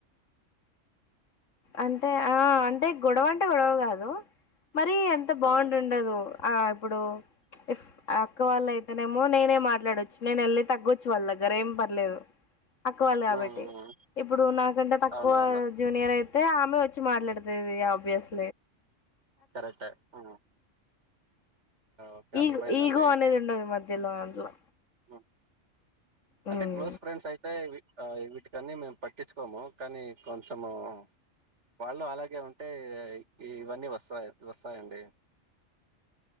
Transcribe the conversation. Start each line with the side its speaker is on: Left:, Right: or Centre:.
Left: అంటే ఆ అంటే గొడవ అంటే గొడవ కాదు మరి అంత బాండ్
Right: ఆ
Left: ఉండదు ఆ ఇప్పుడు ఇఫ్ ఆ అక్క వాళ్ళయితేనేమో నేనే మాట్లాడొచ్చు నేను ఎళ్ళి తగ్గోచ్చు వాళ్ళ దగ్గర ఏం పర్లేదు అక్కవాళ్ళు
Right: హ్మ్
Left: కాబట్టి
Right: హ్మ్
Left: ఇప్పుడు నాకంటే తక్కువ
Right: అవునవును.
Left: జూనియర్ అయి అయితే ఆమె వచ్చి మాట్లాడుతది ఆబ్యస్
Right: కరెక్టే ఆ ఓకే అర్థమైందండి.
Left: ఈ గ్ ఈగో అనేది ఉండదు మధ్యలో అందులో
Right: హ్మ్ అంటే
Left: ఉమ్
Right: క్లోజ్ ఫ్రెండ్స్ అయితే ఇవి ఆ వీటికన్ని మేము పట్టించుకోము కానీ కొంచెము వాళ్ళు అలాగే ఉంటే ఇవన్నీ వస్తాయి వస్తాయ అండి